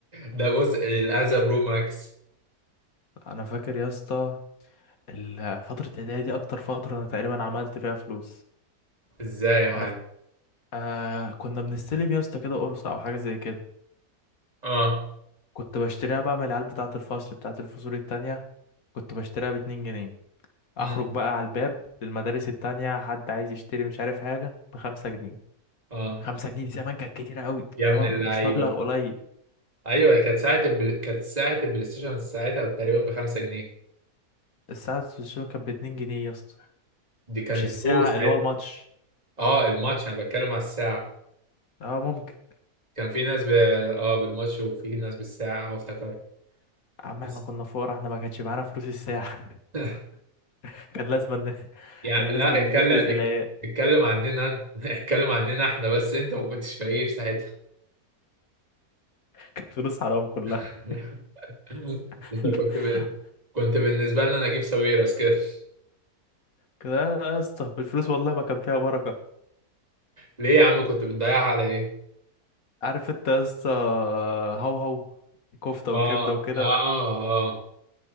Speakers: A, on the right; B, on the left.
A: ده بص الاذى برو ماكس
B: انا فاكر يا اسطى ال- فترة اعدادي دي اكتر فترة انا تقريبا عملت فيها فلوس
A: ازاي يا معلم
B: عارف آه كنا بنستلم يا اسطى كده قرص او حاجة زي كده
A: اه
B: كنت بشتريها بقى من العيال بتاعة الفصل بتاعة الفصول التانية كنت بشتريها باتنين جنيه
A: مم.
B: أخرج بقى على الباب للمدارس التانية حد عايز يشتري مش عارف حاجة بخمسة جنيه
A: اه
B: خمسة جنيه دي زمان كانت كتيرة قوي
A: يا
B: اللي
A: ابن
B: هو
A: اللعيبه
B: م- مش مبلغ قليل
A: ايوه كانت ساعه البل... كانت ساعه البلاي ستيشن ساعتها تقريبا ب 5 جنيه
B: الساعة السوشيال كانت باتنين جنيه يا اسطى
A: دي كانت
B: مش الساعة
A: تو ساعتها
B: اللي هو الماتش
A: اه الماتش انا بتكلم على الساعه
B: اه ممكن
A: كان في ناس ب... اه بالماتش وفي ناس بالساعه اه افتكرت
B: يا عم
A: بس
B: احنا كنا فقراء احنا ما كانش معانا فلوس الساعة
A: <laughs>
B: <laughs> كان لازم ن...
A: يعني
B: كان لازم
A: لا
B: نشوف
A: اتكلم
B: رزق
A: ات-
B: العيال
A: اتكلم عننا انت. <laughs> اتكلم عننا احنا بس انت ما كنتش فقير ساعتها
B: كانت فلوس حرام كلها
A: <laughs> انت
B: <laughs>
A: كنت ب... كنت بالنسبه لنا نجيب ساويرس كده <laughs>
B: كده يا اسطى الفلوس والله ما كان فيها بركة
A: ليه يا عم كنت بتضيعها على ايه
B: عارف انت يا اسطى هو هو كفته
A: اه
B: وكبده وكده
A: اه اه